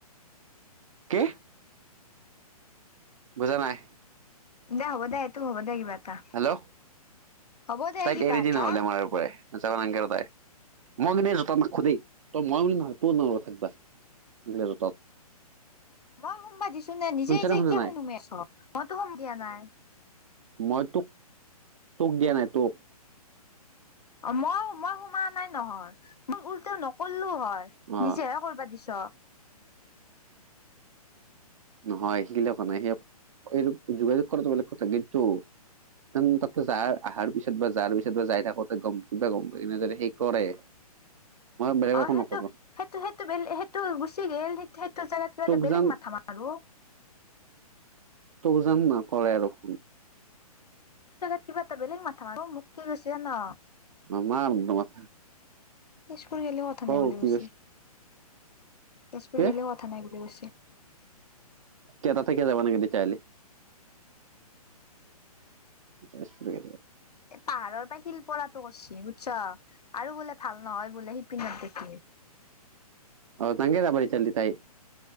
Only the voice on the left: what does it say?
উ দে হ'ব দে এইটো হ'ব দে কিবা এটা
হ'ব দে
কিবা
এটা
মই সোমবা দিছো নে নিজে
নিজে
কিয়
সুমোমে আছ মইতো সোম দিয়া নাই
মই মই সোমোৱা নাই নহয় মই উল্টও নকলোও হয়
নিজে কৰবা দিছ।
অহ
',
সেইটো সেইটো সেইটো বেলে সেইটো গুচি গ'ল, সেইটো সেইটো জাগাত কিবা
এটা বেলেগ
মাথা মাৰো।
জাগাত কিবা এটা বেলেগ মাথা মাৰো মোক কি হৈছে না।
তেজপুৰি গেলেও কথা
নাই বুলি
কৈছে, তেজপুৰি
গেলেও কথা নাই বুলি কৈছে।
এই পাহাৰৰ পৰা শিলপৰাটো কৈছে বুজছ আৰু বোলে ভাল নহয় বোলে শিপিনত দেখি।